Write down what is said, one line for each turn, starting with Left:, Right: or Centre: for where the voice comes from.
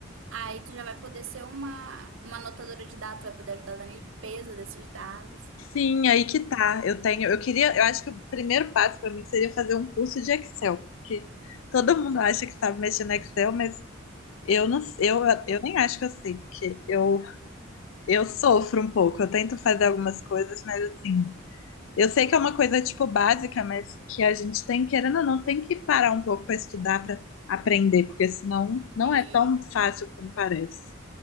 Right: aí tu já vai poder ser uma, uma anotadora de dados, vai poder ajudar na limpeza desses dados.
Left: Sim, aí que tá. Eu tenho, eu queria, eu acho que o primeiro passo para mim seria fazer um curso de Excel, porque todo mundo acha que sabe mexer no Excel, mas eu não, eu, eu nem acho que eu sei, porque eu Eu sofro um pouco, eu tento fazer algumas coisas, mas assim, eu sei que é uma coisa tipo básica, mas que a gente tem, querendo ou não, tem que parar um pouco para estudar, para aprender, porque senão não
Right: Sim.
Left: é tão fácil como parece.